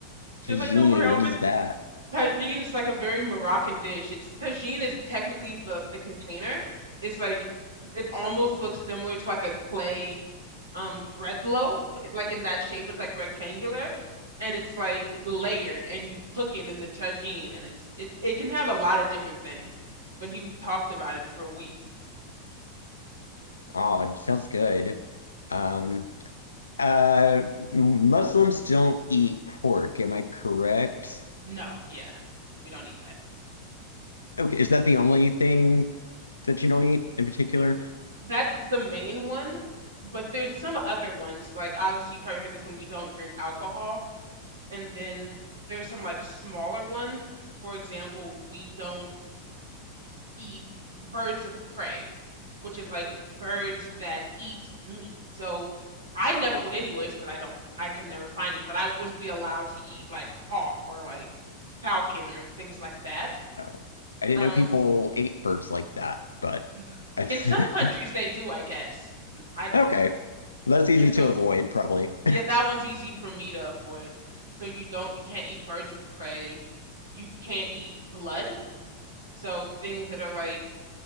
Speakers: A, on the right (about 80°); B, on the left (about 75°).
A: She
B: Tagine,
A: was like, "Don't worry, I'll
B: what
A: make."
B: is that?
A: Tagine is like a very Moroccan dish. It's tagine is technically the the container. It's like it almost looks similar to like a clay um bread loaf. It- Like in that shape, it's like rectangular and it's like layered and you cook it in the tagine and it's it, it can have a lot of different things. But he talked about it for a week.
B: Oh, it sounds good. Um, Uh, Muslims don't eat pork, am I correct?
A: No, yeah. We don't eat that.
B: Okay, is that the only thing that you don't eat in particular?
A: That's the main one, but there's some other ones. Like obviously you probably heard this one, we don't drink alcohol. And then there's some like smaller ones. For example, we don't eat birds of prey, which is like birds that eat meat. So I never would anyways, because I don't, I could never find it, but I wouldn't be allowed to eat like hawk or like falcon or things like that.
B: Oh, I didn't
A: Um,
B: know people ate birds like that, but
A: n-
B: I,
A: in some countries they do, I guess. N-
B: <laughs>
A: I don't,
B: okay, that's easy
A: yeah, so
B: to avoid, probably.
A: yeah,
B: <laughs>
A: that one's easy for me to avoid. So you don't, you can't eat birds of prey. You can't eat blood So things that are like